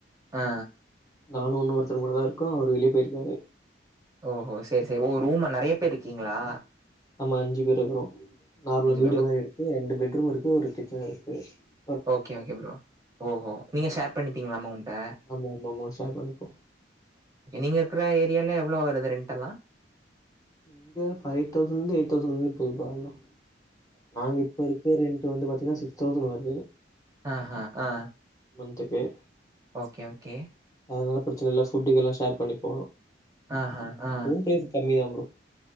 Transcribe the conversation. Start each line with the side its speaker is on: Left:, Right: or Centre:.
Right: ஆ.
Left: நானு உன்ன ஒருத்தரு மட்டுதா இருக்கோ அவரு வெளிய போயிருக்காரு
Right: ஓ ஹோ சேரி சேர் ஒ ரூம்ம நெறைய பேர் இருக்கீங்ளா
Left: ஆமா அஞ்சு பேரு இக்றோ நார்மல் வீடு
Right: பேர். மொத்
Left: மாரி எடுத்து ரெண்டு பெட்ரூம் இருக்கு ஒரு கிச் <unintelligible>
Right: ஓகே ஓகே ப்ரோ ஓஹோ நீங்க ஷேர் பண்ணிப்பிங்ளா அமௌன்ட்ட
Left: ஆமா ஆமா மூணு ஷேர் பண்ணிப்போ
Right: இங்கெல்லா எவ்ளோ வருது ரெண்ட்டெல்லா
Left: இங்க ஃபைவ் தௌசண்ட்ந்து எயிட் தௌசண்ட் <unintelligible> போதுப்பா எல்லா நாங்க இப்ப இருக்க ரெண்ட்டு வந்து பாத்தீங்னா சிக்ஸ் தௌசண்ட் வருது
Right: ஆஹா. ஆ.
Left: மன்த்துக்கு
Right: ஓகே ஓகே
Left: அதனால பிரச்சன இல்ல ஃபுட்டுங்கெல்லா ஷேர் பண்ணிப்போ
Right: ஆஹா. ஆ.
Left: ரூம் பிரைஸ் கம்மிதாம் பொ